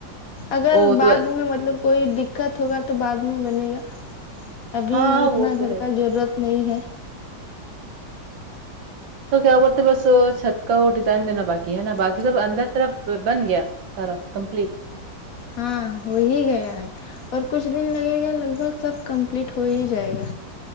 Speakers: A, on the left; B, on the right.
A: اگر
B: او
A: بعد
B: تو
A: میں مطلب کوئی دککت ہوگا تو بعد میں بنے گا ابھی
B: ہاں
A: اتنا
B: وہ تو
A: گھر
B: ہے
A: کا ضرورت نہیں ہے
B: تو کیا بولتے بس چھت کا وہ ڈیزائن دینا باقی ہے نا باقی سب اندر طرف بن گیا سارا کمپلیٹ
A: ہاں ہو ہی گیا ہے اور کچھ دن لگے گا لگ بھگ سب کمپلیٹ ہو ہی جائے گا